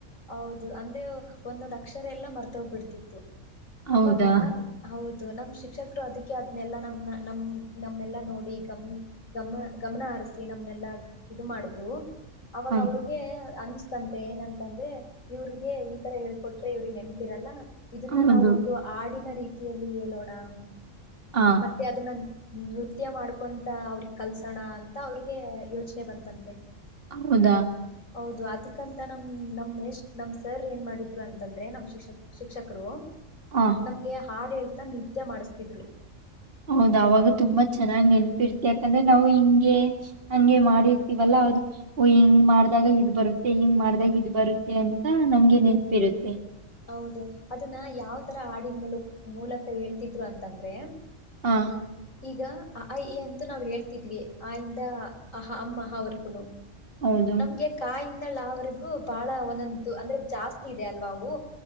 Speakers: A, on the left; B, on the right.
A: ಹೌದು ಅಂದ್ರೆ ಒಂದೊಂದ್ ಅಕ್ಷರ ಎಲ್ಲ ಮರೆತು ಕೀತೋಗ್ಬಿಟ್ಟಿತು
B: ಹೌದಾ
A: ಅವಾಗ ಹೌದು ನಮ್ ಶಿಕ್ಷಕರು ಅದಕ್ಕೆ ಅದನೆಲ್ಲಾ ನಮ್ ನಮ್ ನಮ್ನೆಲ್ಲಾ ನೋಡಿ ಗಮ ಗಮ ಗಮನಹರಿಸಿ ನಮ್ನೆಲ್ಲಾ ಇದು ಮಾಡಿದ್ರು ಅವಾಗ
B: ಹ
A: ಅವ್ರಿಗೆ ಅನ್ನಿಸ್ತಿ ಅಂತೆ ಏನಂತೆ ಅಂದ್ರೆ ಇವ್ರಿಗೆ ಈ ತರ ಹೇಳ್ಕೊಟ್ರೆ ಇವ್ರಿಗೆ ನೆನಪಿರಲ್ಲ ಇದನ್ನ
B: ಹೌದು
A: ನಾವು ಒಂದು ಹಾಡಿನ ರೀತಿ ರೀತಿಯಲ್ಲಿ ಹೇಳೋಣ <inaudible>
B: ಆ
A: ಮತ್ತೆ ಅದು ನನ್ ನೃತ್ಯ ಮಾಡ್ಕೊಂತ ಅವ್ರಿಗೆ ಕಲ್ಸೋಣ ಅಂತ ಅವ್ರಿಗೆ ಯೋಚನೆ ಬಂತಂತೆ
B: ಹೌದ
A: ಹೌದು ಅದಕ್ಕಂತ ನಾ ಹ್ಮ ನಮ್ಮೇಶ್ ನಮ್ ಸರ್ ಏನ್ ಮಾಡಿದ್ರು ಅಂತಂದ್ರೆ ನಮ್ಮ್ ಶಿಕ್ಷಕ್ ಶಿಕ್ಷಕರು
B: ಆ
A: ನಮ್ಗೆ ಹಾಡ ಹೇಳ್ತಾ ನೃತ್ಯ ಮಾಡಿಸ್ತಿದ್ರು
B: ಹೌದ ಅವಾಗ ತುಂಬಾ ಚೆನ್ನಾಗ್ ನೆನಪಿರ್ತಿ ಯಾಕಂದ್ರೆ ನಾವು ಹಿಂಗೆ ಹಂಗೆ ಮಾಡಿರ್ತಿವಲ್ಲ ಅದು ಹಿಂಗ್ ಮಾಡ್ದಾಗ ಇದ್ ಬರುತ್ತೆ ಹಿಂಗ್ ಮಾಡ್ದಾಗ ಇದ್ ಬರುತ್ತೆ ಅಂತ ನಮ್ಗೆ ನೆನಪಿರುತ್ತೆ
A: ಹೌದು ಅದನ್ನ ಯಾವ ತರ ಹಾಡಿನ ಮೂಲ ಮೂಲಕ ಹೇಳ್ತಿದ್ರು ಅಂತಂದ್ರೆ
B: ಹಾ
A: ಈಗ ಅ ಆ ಇ ಈ ಅಂತ ನಾವ್ ಹೇಳ್ತಿದ್ವಿ ಆಯಿಂದ ಅಂ ಆಹಾ ವರ್ಗುನು
B: ಹೌದು
A: ನಮ್ಗೆ ಕ ಯಿಂದ ಳ ವರೆಗು ಬಹಳ ಒಂದೊಂದು ಅಂದ್ರೆ ಜಾಸ್ತಿ ಇದೆ ಅಲ್ವಾ ಅವು